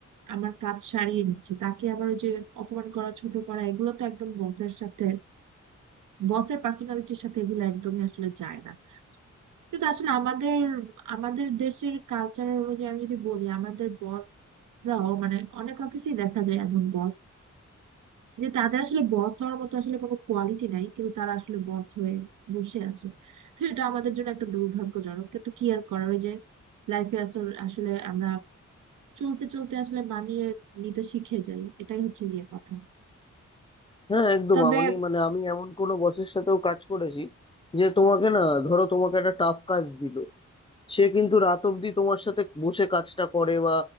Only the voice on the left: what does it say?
হ্যাঁ একদম
আমি মানে আমি এমন কোনো বসের সাথেও কাজ করেছি যে তোমাকে না ধরো তোমাকে একটা টাফ কাজ দিল সে কিন্তু রাত অব্দি তোমার সাথে বসে কাজটা করে বা